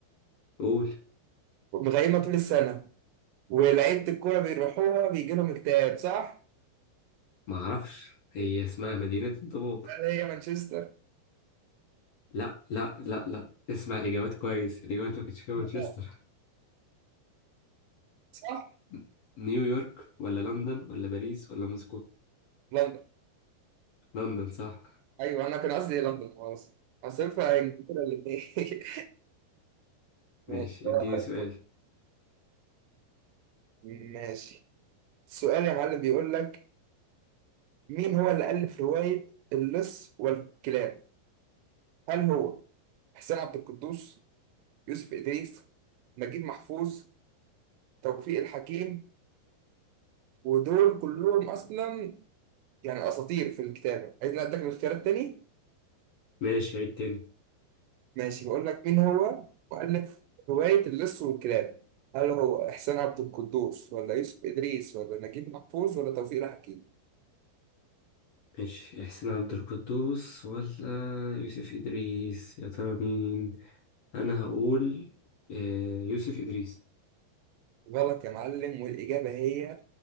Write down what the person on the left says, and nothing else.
قول
معرفش هي اسمها مدينة الضباب
لا لا لا لا اسمع الإجابات كويس الإجابات ما كانتش فيها مانشستر
<laughs>
م- نيويورك ولا لندن ولا باريس ولا موسكو
لندن صح
ماشي
اديني سؤال
ماشي عيد تاني
ماشي إحسان عبد القدوس ولا يوسف إدريس يا ترى مين أنا هقول آه، يوسف إدريس